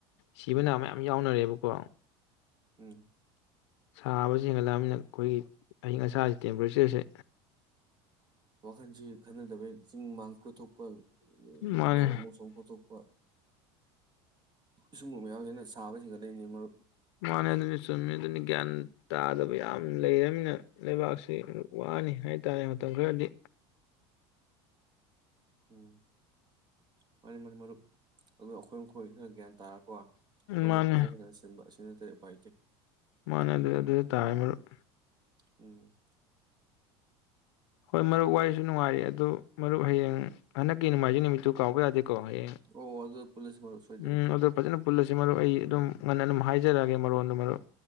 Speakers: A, on the left (about 80°); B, on the right (about 30°).
A: ꯁꯤꯕ ꯅꯥꯕ ꯃꯌꯥꯝ ꯌꯥꯎꯅꯔꯦꯕꯀꯣ꯫
B: ꯎꯝ꯫
A: ꯁꯥꯕꯖꯦ ꯍꯦꯟꯒꯠꯂꯛꯑꯃꯤꯅ ꯑꯈꯣꯏꯒꯤ ꯑꯏꯪ ꯑꯁꯥꯒꯤ ꯇꯦꯝꯄꯔꯦꯆꯔꯁꯦ
B: ꯋꯥꯈꯜꯁꯤ ꯈꯟꯅꯗꯕꯩ ꯆꯤꯡ ꯃꯥꯡ ꯀꯨꯇꯨꯞꯄꯜ
A: ꯃꯥꯅꯦ
B: ꯅꯥꯔꯛ ꯃꯣꯡꯁꯣꯡ ꯀꯣꯛ ꯊꯣꯛꯄ ꯁꯨꯝꯕ ꯃꯌꯥꯝꯁꯤꯅ ꯁꯥꯕꯁꯤ ꯍꯦꯟ ꯒꯠ ꯂꯛ ꯏꯅꯤ ꯃꯔꯨꯞ
A: ꯃꯥꯅꯤ ꯑꯗꯨꯅ ꯆꯨꯝꯃꯤ ꯑꯗꯨꯅ ꯒ꯭ꯌꯥꯟ ꯇꯥꯗꯕ ꯌꯥꯝ ꯂꯩꯔꯝꯅꯤꯅ ꯂꯩꯕꯥꯛꯁꯤ ꯋꯥꯅꯤ ꯍꯥꯏ ꯇꯥꯔꯦ ꯃꯇꯝ ꯈꯔꯗꯤ
B: ꯎꯝ ꯃꯅꯦ ꯃꯔꯨ ꯃꯔꯨꯞ ꯑꯗꯨꯒꯥ ꯑꯩꯈꯣꯏ ꯈꯔ ꯒ꯭ꯌꯥꯟ ꯇꯥꯔꯀꯣ ꯑꯩꯈꯣꯏꯅ
A: ꯃꯥꯅꯦ
B: ꯐꯖ ꯐꯖꯅ ꯁꯤꯟꯕ ꯑꯁꯤ ꯅꯠꯇꯦ ꯎꯄꯥꯏ ꯂꯩꯇꯦ
A: ꯃꯥꯅꯦ ꯑꯗꯨ ꯑꯗꯨ ꯇꯥꯥꯏꯔꯦ ꯃꯔꯨꯞ
B: ꯎꯝ
A: ꯍꯣꯏ ꯃꯔꯨꯞ ꯋꯥꯔꯤꯁꯨ ꯅꯨꯡꯉꯥꯏꯔꯤ ꯑꯗꯨ ꯃꯔꯨꯞ ꯍꯌꯦꯡ ꯍꯟꯗꯛꯀꯤ ꯅꯣꯡꯃꯥꯏꯖꯤꯡ ꯅꯨꯃꯤꯠꯇꯨ ꯀꯥꯎꯕ ꯌꯥꯗꯦ ꯀ‌ꯣ ꯍꯌꯦꯡ
B: ꯑꯣ ꯑꯗꯨꯗ ꯄꯨꯜꯂꯁꯤ ꯃꯔꯨꯞ ꯁꯣꯏꯗꯕꯤꯗ
A: ꯎꯝ ꯑꯗꯨ ꯐꯖꯥꯅ ꯄꯨꯜꯂꯁꯦ ꯁꯤ ꯃꯔꯨꯞ ꯑꯩ ꯑꯗꯨꯝ ꯉꯟꯅ ꯑꯗꯨꯝ ꯍꯥꯏꯖꯔꯛꯑꯒꯦ ꯃꯔꯣꯟꯗꯨꯣ ꯃꯔꯨꯞ